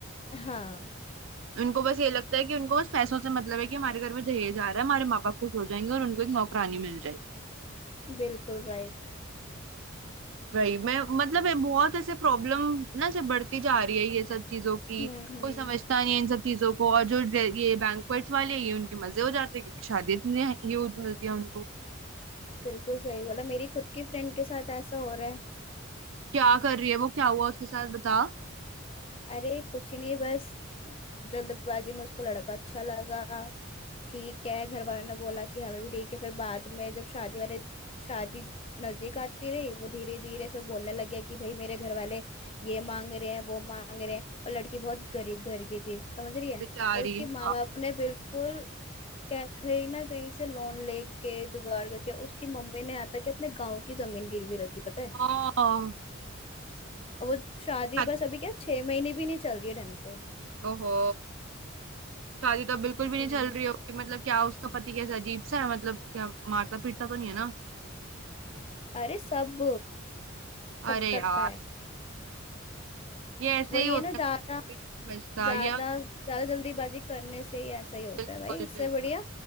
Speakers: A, on the left; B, on the right.
A: हाँ
B: उनको बस ये लगता है कि उनको बस पैसों से मतलब है कि हमारे घर में दहेज आ रहा है हमारे माँ बाप खुश हो जाएंगे और उनको एक नौकरानी मिल जाएगी
A: बिल्कुल राइट
B: वही मैं मतलब है बहुत ऐसे प्रॉब्लम ना से बढ़ती जा रही है ये सब चीजों की
A: हम्म हम्म
B: कोई समझता नहीं है इन सब चीजों को और जो जे- ये बैंक्वेट्स वाले ये उनके मजे हो जाते हैं क्योंकि शादी इतनी ह्यूज मिलती है उनको
A: बिल्कुल सही बोला मेरी खुद की फ्रेंड के साथ ऐसा हो रहा है
B: क्या कर रही है वो क्या हुआ उसके साथ बता
A: अरे कुछ ही नहीं बस जल्दबाजी में उसको लड़का अच्छा लगा ठीक है घर वालों ने बोला कि हमें भी ठीक है फिर बाद में जब शादी वाले शादी नजदीक आती रही वो धीरे धीरे फिर बोलने लग गया कि भाई मेरे घर वाले ये मांग रहे हैं वो मांग रहे हैं और लड़की बहुत गरीब घर की थी समझ रही है
B: बेचारी
A: और उसके
B: हाँ।
A: माँ बाप ने बिल्कुल क्या- कहीं ना कहीं से लोन लेके जुगाड़ करके उसकी मम्मी ने आता कि अपने गाँव की जमीन गिरवी रख दी पता है
B: ओह
A: अब वो शादी
B: शादी-
A: बस अभी क्या छह महीने भी नहीं चल रही है ढंग से
B: ओहो शादी तो बिल्कुल भी नहीं
A: हम्म
B: चल रही होगी मतलब क्या उसका पति कैसा अजीब सा है मतलब क्या मारता पीटता तो नहीं है ना
A: अरे सब सब
B: अरे
A: करता
B: यार
A: है
B: ये ऐसे
A: वो ये
B: ही होता
A: ना ज्यादा
B: है ये नहीं समझता
A: ज्यादा
B: ये
A: ज्यादा जल्दीबाजी करने से ही ऐसा ही होता
B: बिल्कुल
A: है भाई इससे
B: बिल्कुल
A: बढ़िया